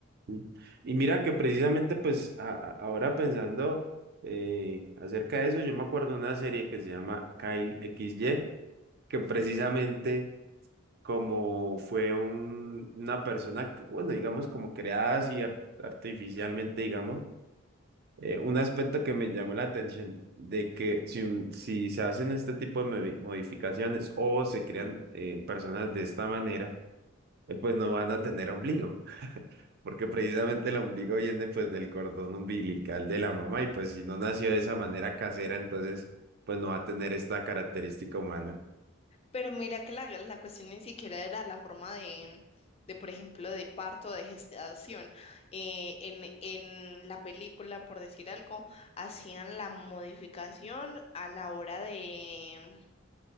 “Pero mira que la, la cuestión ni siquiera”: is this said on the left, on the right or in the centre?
Left